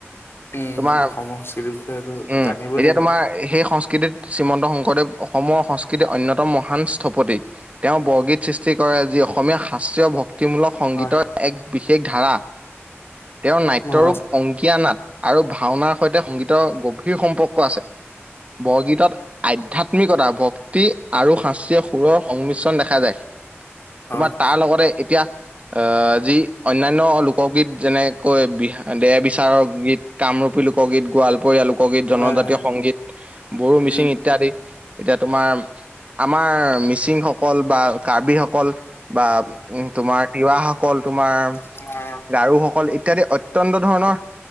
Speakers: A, on the left (about 60°); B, on the right (about 30°).
A: উম
B: তোমাৰ
A: অসমৰ সংস্কৃতিৰ বিষয়েতো
B: উম',
A: জানিবই
B: এতিয়া
A: লাগে
B: তোমাৰ সেই সংস্কৃতিত শ্ৰীমন্ত শংকৰদেৱ, অসমৰ সংস্কৃতিৰ অন্যতম মহান স্থপতি। তেওঁ বৰগীত সৃষ্টি কৰে, যি অসমীয়া শাস্ত্ৰীয় ভক্তিমূলক সংগীতৰ,
A: হয়
B: এক বিশেষ ধাৰা। তেওঁৰ নাট্যৰূপ,
A: হয়
B: অংকীয়া নাট, আৰু ভাওনাৰ, সৈতে সংগীতৰ, গভীৰ সম্পৰ্ক আছে। বৰগীতত আধ্যাত্মিকতা, ভক্তি, আৰু শাস্তিয় সুৰৰ সংমিশ্ৰণ দেখা যায়।
A: হয়
B: তোমাৰ তাৰ লগতে এতিয়া আহ যি অন্যান্য লোকগীত যেনেকৈ বি দেহ বিচাৰৰ, গীত কামৰূপী লোক গীত, গোৱালপৰীয়া লোকগীত, জনজাতীয়
A: হয় হয়
B: সংগীত, বড়ো, মিচিং,
A: উম
B: ইত্যাদি। এতিয়া তোমাৰ আমাৰ মিচিংসকল, বা কাৰ্বিসকল, বা' উম', তোমাৰ তিৱাসকল, তোমাৰ
A: তোমাৰ
B: গাৰুসকল- ইত্যাদি। অত্যন্ত ধৰণৰ